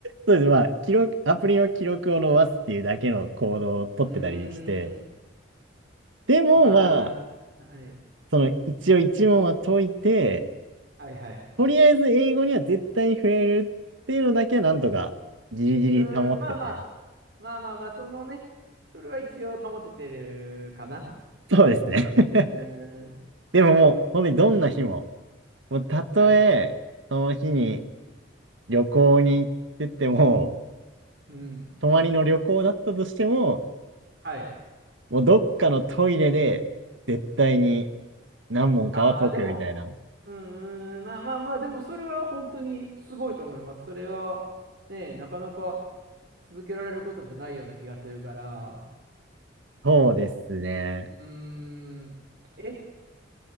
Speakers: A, on the right; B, on the right.
A: そうです。まあ、記録、アプリの記録を伸ばすっていうだけの行動を取ってたりして、
B: うーん、
A: でもまあ、
B: まあ、はい。
A: その一応一問は解いて、
B: はいはい。
A: とりあえず英語には絶対に触れるっていうのだけはなんとかギリギリ保ってて、
B: うーん、まあまあ、まあまあまあ、そのね、それは一応保ててるかな。
A: そうですね。
B: うーん、
A: <laughs> でももう、本当にどんな日も、もうたとえ、
B: はい。
A: その日に旅行に行ってても、
B: うん、
A: 泊まりの旅行だったとしても、
B: はい。
A: もうどっかのトイレで絶対に何問かは解くみたいな。
B: ああ、でも、うーん、まあまあまあ、でもそれは本当にすごいと思います。それは、ね、なかなか続けられることじゃないような気がするから。
A: そうですね。
B: うーん。え、